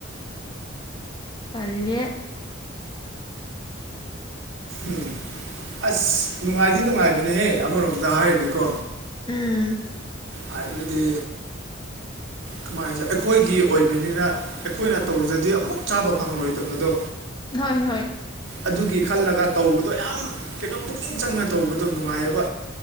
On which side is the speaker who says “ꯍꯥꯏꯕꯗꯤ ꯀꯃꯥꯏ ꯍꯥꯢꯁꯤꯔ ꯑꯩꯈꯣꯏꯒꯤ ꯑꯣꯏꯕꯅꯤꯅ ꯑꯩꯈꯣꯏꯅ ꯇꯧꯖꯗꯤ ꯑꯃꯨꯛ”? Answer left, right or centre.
Right